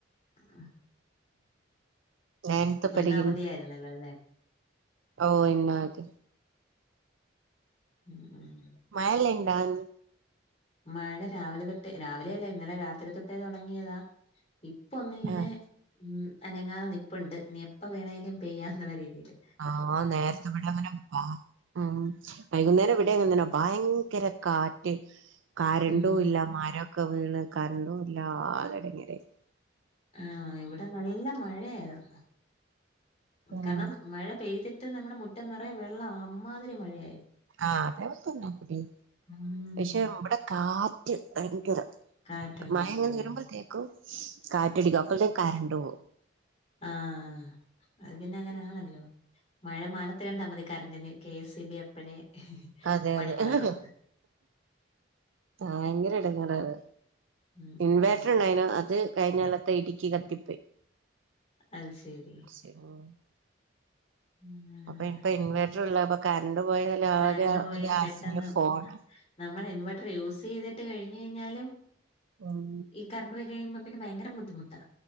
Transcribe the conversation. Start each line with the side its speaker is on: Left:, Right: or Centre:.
Left: അഹ്
Right: നയൻത്ത്
Left: ആഹ്
Right: പഠിക്കുന്നു
Left: ഇന്ന് അവധിയായിരുന്നല്ലോല്ലേ
Right: ഓ ഇന്നവധ്യ
Left: ഉം ഉം
Right: മയല്ലിണ്ടാ ആണ്ട്
Left: മഴടെ രാവിലെ തൊട്ടേ, രാവിലെയല്ല ഇന്നലെ രാത്രി തൊട്ടേ തൊടങ്ങിയതാ ഇപ്പൊന്ന് ഇനെ
Right: ആ
Left: അനെങ്ങാതെ നിപ്പുണ്ട് ഇനി എപ്പ വേണങ്കലും പെയ്യാന്നുള്ള രീതീല്
Right: ആവാം നേരത്ത് ബ്ടെ അങ്ങനെപ്പാ ഉം വൈകുന്നേരം ഇവിടെങ്ങൻന്തെന്നാ ഭയങ്കര കാറ്റ് കരണ്ടുല്ല
Left: ഉം
Right: മരൊക്കെ വീണ് കറണ്ടുല്ല ആകെ എടങ്ങാറായി
Left: ആഹ് ഇവിടെ നല്ല മഴയായിരുന്നു
Right: ഉം
Left: കാരണം മഴ പെയ്തിട്ട് നമ്മുടെ മുറ്റം നെറയെ വെള്ളവാ അമ്മാതിരി മഴയായി
Right: ആഹ് അതേപോലെ തന്നെ ഇവെടിം.
Left: ഉം
Right: പക്ഷെ ഇവടെ കാറ്റ് ഭയങ്കര
Left: കാറ്റുണ്ടായിരുന്നല്ലേ
Right: മഴങ്ങനെ വര്മ്പത്തേക്കും കാറ്റടിക്കും. അപ്പളത്തേക്ക് കരണ്ട് പോകും
Left: ആഹ് അത് പിന്നെ അങ്ങനെ ആണല്ലോ മഴ മാറ് ത്ത് കണ്ടാ മതി കറണ്ടിന് കെ എസ് സി ബി അപ്പഴേ
Right: അതെ
Left: പണി
Right: അതെ.
Left: മുടക്കും
Right: ഭയങ്കര എടങ്ങേറാ അത്
Left: ഉം
Right: ഇൻവേർട്ടർ
Left: ഉം ഉം
Right: ണ്ടായിനു അത് കഴിഞ്ഞൊലത്തെ ഇടിക്ക് കത്തിപ്പോയി
Left: അൽ ശേരി
Right: കെ <unintelligible>
Left: ആഹ്
Right: അപ്പൊ ഇപ്പ ഇൻവേട്രൂല്ല പ്പ കറണ്ട് പോയൽ ആകെ
Left: കറണ്ട് പോയാ
Right: ഒരു ആശ്രയം
Left: പെട്ടെന്ന്
Right: ഫോണാ
Left: നമ്മൾ ഇൻവെർട്ടർ യൂസ് ചെയ്തിട്ട് കഴിഞ്ഞഴ്‌ഞ്ഞാലും
Right: ഉം
Left: ഇ കരണ്ട് പോയി കഴിയുമ്പൊ പ്പിന്നെ ഭയങ്ക ബദ്ധിമുട്ടാ